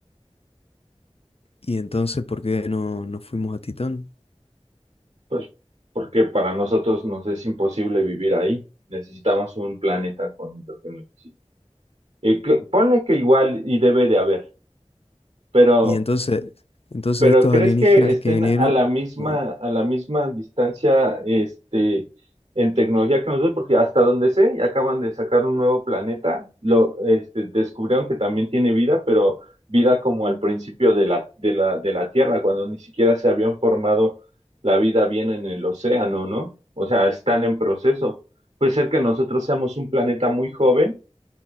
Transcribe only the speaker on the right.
pues porque para nosotros nos es imposible vivir ahí. Necesitamos un planeta con hidrógeno. sí. Y cl- ponle que igual y debe de haber, pero
Pero
¿crees
que estén
a la misma,
a la misma distancia, este, en tecnología que nosotros? Porque hasta donde sé, acaban de sacar un nuevo planeta, lo, este, descubrieron que también tiene vida, pero vida como al principio de la, de la, de la Tierra, cuando ni siquiera se habían formado la vida bien en el océano, ¿no? O sea, están en proceso. Puede ser que nosotros seamos un planeta muy joven